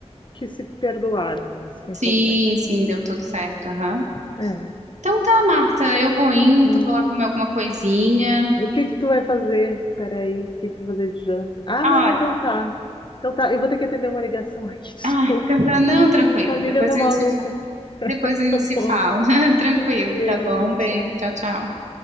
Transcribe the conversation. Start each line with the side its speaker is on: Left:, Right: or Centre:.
Left: que se perdoaram, né? Isso que é
Right: Sim,
Left: importante.
Right: sim,
Left: <laughs>
Right: deu tudo certo, aham.
Left: É.
Right: Então tá, Marta, eu vou indo,
Left: Ah,
Right: vou lá comer alguma coisinha.
Left: O que que tu vai fazer? Peraí, o que que tu vai fazer de janta? Ah,
Right: Olha,
Left: não, então tá. Então tá, eu vou ter que atender uma ligação aqui, <laughs> desculpa.
Right: Ai, tá, tá- não, tranquilo.
Left: Tua amiga
Right: Depois
Left: tá
Right: a
Left: maluca.
Right: gente se, fa-
Left: <laughs>
Right: depois a gente
Left: Tá
Right: se
Left: bom.
Right: fala. <laughs> Tranquilo,
Left: Beijo,
Right: tá bom? um Beijo,
Left: tchau.
Right: tchau, tchau.